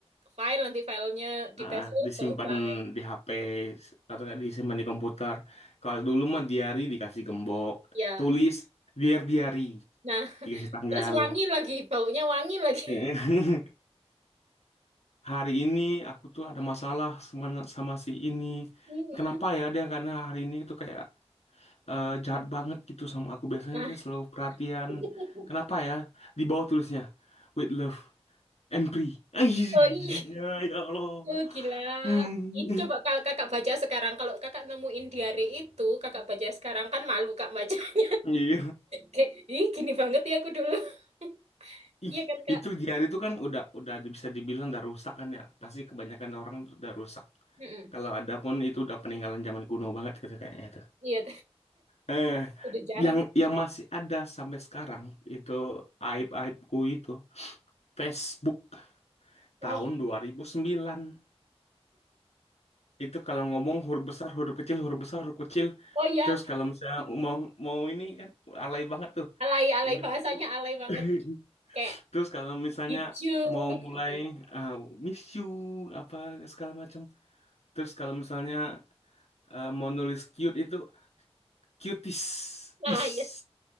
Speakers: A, on the right; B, on the left.
A: file, nanti filenya di
B: ah,
A: password
B: ah, disimpan
A: selesai.
B: di HP s- atau nggak disimpan di komputer. Kalau dulu mah diari dikasih gembok,
A: Ya,
B: tulis biar diari,
A: nah <laughs>
B: dikasih tanggal.
A: terus wangi lagi, baunya wangi lagi.
B: <laughs> Hari ini aku tuh ada masalah sama, sama si ini.
A: Mm-mm.
B: Kenapa ya dia karena hari ini tuh kayak eh, jahat banget gitu sama aku. Biasanya
A: Nah,
B: dia selalu perhatian.
A: <laughs>
B: Kenapa ya? Di bawah tulisnya, with love. Empri. Anjir,
A: oh
B: giginya
A: iya,
B: ya Allah.
A: oh gila.
B: Hmm.
A: Itu coba kalau kakak baca sekarang, kalau kakak nemuin diary itu, kakak baca sekarang kan malu kak baca. <laughs>
B: Iya.
A: Kayak, ih gini banget ya aku dulu. <laughs>
B: Ih,
A: Iya kan kak?
B: itu di hari itu kan udah udah bisa dibilang udah rusak kan ya. Pasti kebanyakan orang tuh udah rusak.
A: Mm-mm.
B: Kalau ada pun itu udah peninggalan zaman kuno banget gitu kayaknya tuh.
A: Iya,
B: Eh,
A: <laughs> udah jarang.
B: yang yang masih ada sampai sekarang itu aib-aibku itu Facebook
A: Oh,
B: tahun 2009. Itu kalau ngomong huruf besar, huruf kecil, huruf besar, huruf kecil.
A: <laughs> Oh ya,
B: Terus kalau misalnya mau mau ini kan alay banget tuh.
A: alay alay
B: Udah
A: bahasanya
B: gitu.
A: alay banget
B: <laughs>
A: kayak
B: Terus kalau misalnya
A: hijau
B: mau mulai
A: gitu
B: ah, miss you apa segala macam. Terus kalau misalnya ah, mau nulis cute itu cuties.
A: nah
B: Is.
A: ya